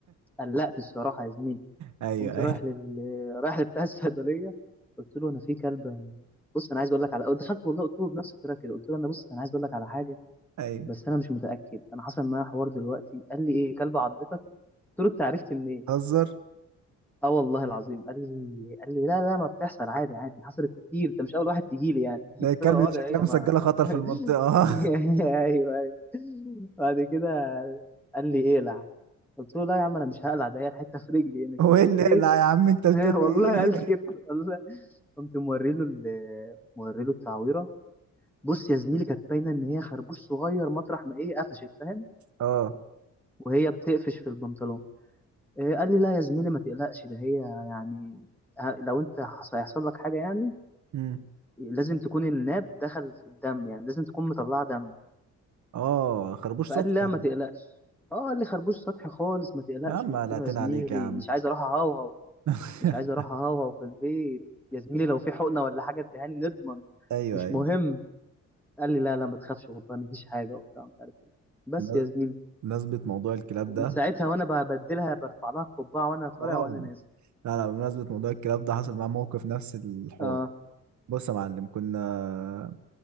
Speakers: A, in the centre; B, on the right.
A: قلّقت الصراحة يا زميلي،
B: ايوه
A: قُمت
B: ايوه
A: رايح لل <hesitation> رايح لبتاع <laughs> الصيدلية قُلت له: "أنا في كلبة بُص أنا عايز أقول لك على" دخلت والله قُلت له بنفس الطريقة كده، قُلت له: "أنا بُص أنا عايز أقول لك على حاجة
B: ايوه
A: بس أنا مش متأكد، أنا حصل معايا حوار دلوقتي." قال لي: "إيه، كلبة عضّتك؟" قُلت له: "أنت عرفت منين؟"
B: هزر
A: اه والله العظيم قال لي قال لي لا لا ما بتحصل عادي عادي حصلت كتير انت مش اول واحد تيجي لي يعني
B: ده
A: <laughs> قلت
B: الكلب
A: له اه
B: ده
A: ده
B: شكلها
A: هي
B: مسجله
A: ما
B: خطر
A: <laughs>
B: في المنطقه
A: ايوه ايوه بعد كده قال لي اقلع قلت له لا يا عم انا مش هقلع ده هي الحته في رجلي
B: <laughs>
A: هنا
B: هو
A: كده
B: ايه
A: قمت
B: اللي
A: ايه
B: لا يا عم انت بتقول
A: <laughs>
B: ايه
A: والله قال لي كده والله قمت موري له ال- موري له التعويره بص يا زميلي كانت باينه ان هي خربوش صغير مطرح ما ايه قفشت فاهم
B: اه
A: وهي بتقفش في البنطلون آآ قال لي: "لأ يا زميلي ما تقلقش، ده هي يعني ه لو أنت حص هيحصل لك حاجة يعني،
B: امم
A: لازم تكون الناب دخل في الدم، يعني لازم تكون مطلّعة دم."
B: اه خربوش
A: فقال
B: سطح
A: لي: "لأ
B: يعني
A: ما تقلقش." آه، قال لي: "خربوش سطحي خالص ما تقلقش."
B: يا عم
A: وقُلت
B: قلقتنا
A: له: "يا زميلي
B: عليك يا عم
A: مش عايز أروح أهوهو،
B: <laughs>
A: مش عايز أروح أهوهو في البيت، يا زميلي لو في حقنة والّا حاجة ادّيها لي نضمن،
B: ايوه
A: مش
B: ايوه
A: مهم." قال لي: "لأ، لأ ما تخافش والله ما فيش حاجة." وبتاع ومش عارف إيه. بس
B: بم-
A: يا زميلي،
B: بمناسبة موضوع الكلاب
A: ومن
B: ده
A: ساعتها وأنا بابدّلها بارفع لها القبّعة وأنا طالع
B: اه
A: وأنا نازل.
B: لا لا بمناسبة موضوع الكلاب ده حصل معاه موقف نفس الحوار
A: آه،
B: بص يا معلم كنا